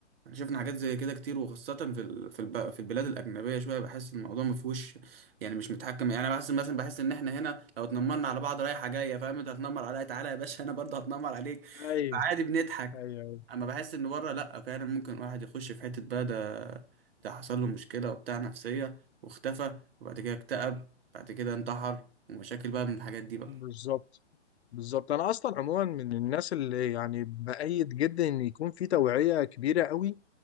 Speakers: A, on the right (about 55°); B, on the left (about 65°).
A: احنا شفنا حاجات زي كده كتير وخاصة في ال... في الب... في البلاد الأجنبية شوية بحس الموضوع ما فيهوش يعني مش متحكم يعني بحس مثلا بحس إن احنا هنا لو اتنمرنا على بعض رايحة جاية فاهم أنت هتنمر عليا تعالى يا باشا أنا برضه هتنمر عليك
B: ايوه
A: فعادي بنضحك
B: ايوه
A: أما بحس إن بره لأ فعلا ممكن واحد يخش في حتة بقى ده ده حصل له مشكلة وبتاع نفسية واختفى وبعد كده اكتئب بعد كده انتحر ومشاكل بقى من الحاجات دي بقى
B: بالظبط بالظبط انا اصلا عموما من الناس اللي يعني بأيد جدا ان يكون في توعية كبيرة قوي